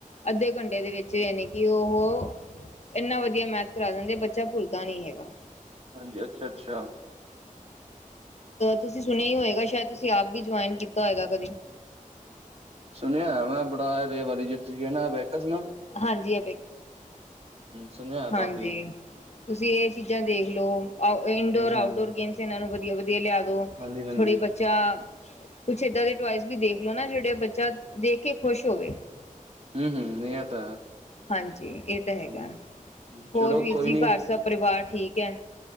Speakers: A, on the left; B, on the right.
A: ਅੱਧੇ ਘੰਟੇ ਦੇ ਵਿੱਚ ਯਾਨੀ ਕਿ ਉਹ। ਇੰਨਾ ਵਧੀਆ ਮੈਥ ਕਰਾ ਦਿੰਦੇ ਬੱਚਾ ਭੁੱਲਦਾ ਨੀ ਹੈਗਾ।
B: ਹਾਂਜੀ ਅੱਛਾ ਅੱਛਾ।
A: ਤੁਸੀਂ ਸੁਣਿਆ ਹੀ ਹੋਏਗਾ ਸ਼ਾਇਦ ਤੁਸੀਂ ਆਪ ਵੀ ਜੁਆਇਨ ਕੀਤਾ ਹੋਏਗਾ ਕਦੇ।
B: ਸੁਣਿਆ ਮੈਂ ਬੜਾ ਰੇ ਵਾਰੀ ਜ ਤੁਸੀਂ ਕਹਿਣਾ ਵ ਸੁਣਾ।
A: ਹਾਂਜੀ ਆ
B: ਸੁਣਿਆ ਹੈ
A: ਹਾਂਜੀ।
B: ਕਾਫੀ
A: ਤੁਸੀਂ ਇਹ ਚੀਜ਼ਾਂ ਦੇਖਲੋ ਇਨਡੋਰ
B: ਹੂੰ-ਹੂੰ
A: ਆਊਟਡੋਰ ਗੇਮਸ ਇਹਨਾਂ ਨੂੰ ਵਧੀਆ ਵਧੀਆ ਲਿਆ ਦੋ।
B: ਹਾਂਜੀ-ਹਾਂਜੀ,
A: ਛੋੜੇ ਬੱਚਾ। ਕੁਛ ਏਦਾਂ ਦੇ ਟਆਇਸ ਵੀ ਦੇਖ ਲੋ ਨਾ ਜਿਹੜੇ ਬੱਚਾ ਦੇਖ ਕੇ ਖੁਸ਼ ਹੋਵੇ।
B: ਹਮ ਹਮ ਨ ਤਾਂ।
A: ਹਾਂਜੀ ਇਹ ਤਾਂ ਹੈਗਾ
B: ਹੂੰ,
A: ਹੋਰ
B: ਚਲੋ
A: ਵੀਰ
B: ਕੋਈ
A: ਜੀ
B: ਨੀ,
A: ਘਰ ਸਭ ਪਰਿਵਾਰ ਠੀਕ ਹੈ।